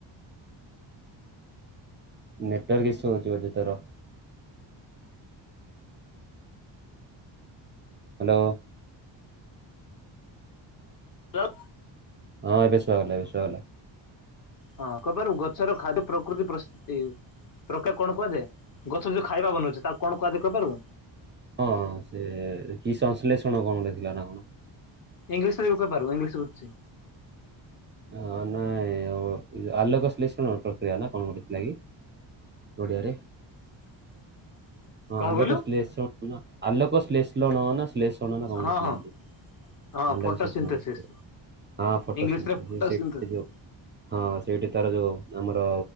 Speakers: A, on the right (about 25°); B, on the left (about 45°).
A: ନେଟୱାର୍କ ଇସ୍ୟୁ ହେଉଛି ବୋଧେ ତର ହ୍ୟାଲୋ
B: ହ୍ୟାଲୋ
A: ହଁ ଏ ବେଶ ବାଲା ବେଶଲା
B: ହଁ କପାରୁ ଗଛର ଖାଦ୍ୟ ପ୍ରକୃତି ପ୍ର ପ୍ରୋକେ କଣ କୁଯାଏ ଗଛ ଯୋଉ ଖାଇବା ବନଉଛି ତାକୁ କଣ କୁହାଯାଏ କହିପିବୁ?
A: ହଁ ସେ କି ସଂଶ୍ଳେଷଣ କଣଟେ ଥିଲା ନା କଣ?
B: ଇଂଲିଶ ରେ ବି କହିପାରୁ ଇଂଲିଶ ବୁଛି
A: ହ ନାଇଁ ଆଲୋକ ଶ୍ଲେଷଣ ପ୍ରକ୍ରିୟା ନା କଣ କୋଟଥିଲାଗି ଓଡ଼ିଆରେ।
B: <inaudible>
A: ହଁ ଆଲୋକ
B: କହିଲୁ?
A: ସ୍ଲେସ ନ ଆଲୋକ ସ୍ଲେଶଣ ନା ସ୍ଲେସ୍ ଶ୍ଳେଷଣ ନା କଣ ଗୋଟେ
B: ହଁ
A: ଥିଲା
B: ହଁ
A: ଏମିତି
B: ହଁ
A: ଆଲୋକ
B: ଫଟୋ
A: ଶ୍ଳେଷଣ
B: ସିନ୍ଥେସିସ୍।
A: ହଁ ଫଟୋ
B: ଇଂଲିଶରେ
A: ସୁ
B: ଫଟୋ
A: ଯୋଉ ସିଏ
B: ସିନ୍ଥେସିସ୍
A: <unintelligible> ହଁ ସେଇଠି ତାର ଯୋଉ ଆମର